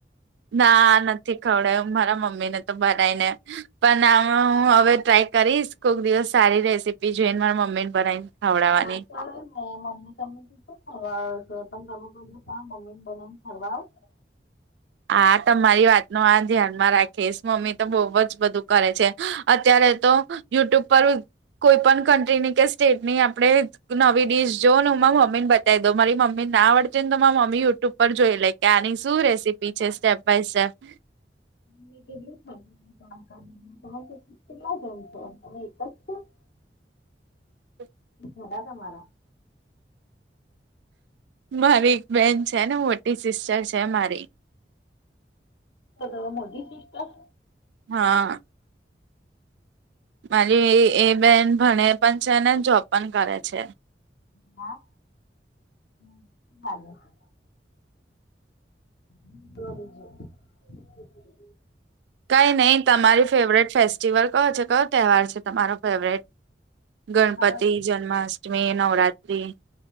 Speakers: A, on the right (about 75°); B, on the left (about 65°).
A: ના નથી ખવડાવ્યું મારા મમ્મી ને તો બનાઈને પણ આમાં હું હવે ટ્રાય કરીશ કોક દિવસ સારી રેસીપી જોઈ ને મારા મમ્મી ને બનાવીને ખવડાવવાની
B: એવુ ના ચાલે ને <unintelligible>
A: હા તમારી વાત ન આ ધ્યાનમાં રાખીશ મમ્મી તો બહુ જ બધું કરે છે અત્યારે તો- યુટ્યુબ પર કોઈ પણ કન્ટ્રી ની કે સ્ટેટની આપડે નવી ડીશ જો ને ઉમાં મમીન બ- જો મારી મમ્મી ના આવડે ને તો મા મમ્મી યુટ્યુબ પર જોઈ લે કે આની શું રેસીપી પીછે સ્ટેપ બાય સ્ટેપ-
B: હ <inaudible> કેટલું જાણકારી કે કેટલા જેમ છેો તમે એક જ છો-
A: <inaudible>
B: થડા તમારા-
A: મારી એક બેન છે ને મોટી સિસ્ટર છે મારી-
B: બે મોટી સિસ્ટર
A: હા મારી એ બેન ભણે પણ છે ને જોબ પણ કરે છે.
B: હા હ <unintelligible> શે છે સ્મી છેું <unintelligible>
A: કઈ નહી તમારી ફેવરેટ ફેસ્ટિવલ કયો છે કયો તહેવાર છે તમારો ફેવરેટ ગણપતિ
B: મારા
A: જન્માષ્ટમી નવરાત્રી -